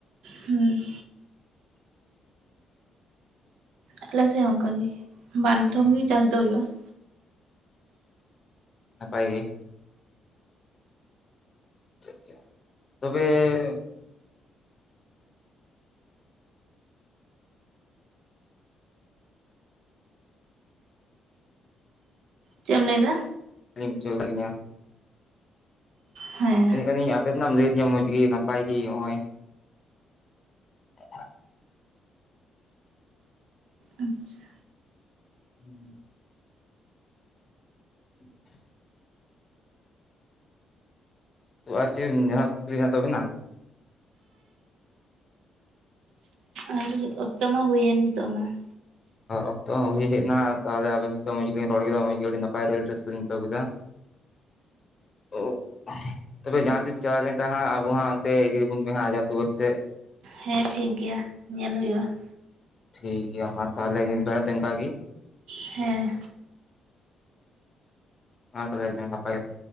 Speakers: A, on the right; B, on the left.
A: ᱦᱮᱸ, ᱟᱟᱦᱚᱞᱮ ᱥᱮ ᱚᱱᱠᱟ ᱜᱮ ᱵᱟᱨᱫᱷᱚᱢ
B: ᱦᱩᱸ
A: ᱜᱮ ᱪᱟᱥ ᱫᱚ ᱦᱩᱭᱩᱜᱼᱟ ᱾
B: ᱱᱟᱯᱟᱭ ᱜᱮ ᱾ ᱟᱪᱪᱷᱟ ᱟᱪᱪᱷᱟ, ᱛᱚᱵᱮ
A: ᱪᱮᱫ ᱮᱢ ᱞᱟᱹᱭᱮᱫᱟ?
B: ᱞᱤᱧ ᱢᱩᱧᱟ
A: ᱦᱮᱸ
B: ᱢᱮᱱᱠᱷᱤᱧ ᱟᱯᱮ ᱥᱮᱱᱟᱜ ᱮᱢ ᱞᱟᱹᱭᱫᱤᱧᱟ ᱢᱚᱸᱡᱽ ᱜᱮ ᱱᱟᱯᱟᱭ ᱜᱮ ᱦᱚᱜ ᱚᱭ ᱾ ᱦᱮ,
A: ᱟᱪᱪᱷᱟ,
B: ᱦᱩᱸ᱾ <inaudible> ᱛᱚ ᱟᱨ ᱪᱮᱫ ᱡᱟᱦᱟᱸ ᱠᱩᱠᱞᱤᱤᱧ ᱦᱟ ᱛᱟᱵᱮᱱᱟ ᱾
A: ᱟᱨ ᱩᱛᱩ ᱢᱟ ᱦᱩᱭᱮᱱ ᱱᱤᱛᱚᱜ ᱢᱟ ᱾
B: ᱚᱠᱛᱚ ᱦᱚᱸ ᱦᱩᱭᱮᱡ ᱮᱱᱟ ᱛᱟᱦᱚᱞᱮ ᱟᱵᱮᱱ ᱥᱟᱶᱛᱮ ᱢᱚᱡᱽ ᱜᱮᱤᱧ ᱨᱚᱲ ᱠᱮᱫᱟ ᱢᱚᱸᱡᱽ ᱜᱮ ᱟᱹᱰᱤ ᱱᱟᱯᱟᱭ ᱨᱮᱹ ᱨᱮᱥᱠᱟᱹᱞᱤᱧ ᱟᱹᱭᱠᱟᱹᱣ ᱠᱮᱫᱟ ᱾ ᱚᱸ᱾ ᱛᱚᱵᱮ ᱡᱟᱦᱟᱸ ᱛᱤᱥ ᱪᱟᱞᱟᱣ ᱞᱮᱱᱠᱷᱟᱱ ᱦᱟᱸᱜ ᱟᱵᱚ ᱦᱟᱸ ᱚᱱᱛᱮ ᱤᱫᱤ ᱨᱮᱵᱚᱱ ᱢᱮᱦᱜ ᱦᱟᱡᱟᱨᱛᱚᱵᱚᱨ ᱥᱮᱜ ᱾
A: ᱦᱮᱸ ᱴᱷᱤᱠ ᱜᱮᱭᱟ, ᱧᱮᱞ ᱦᱩᱭᱩᱜᱼᱟ ᱾
B: ᱴᱷᱤᱠ ᱜᱮᱭᱟ ᱢᱟ ᱛᱟᱦᱚᱞᱮ ᱱᱤᱛ ᱵᱮᱲᱟ ᱫᱚ ᱚᱱᱠᱟ ᱜᱮ
A: ᱦᱮᱸ᱾
B: ᱢᱟ ᱛᱟᱦᱚᱞᱮ ᱱᱟᱯᱟᱭ ᱜᱮ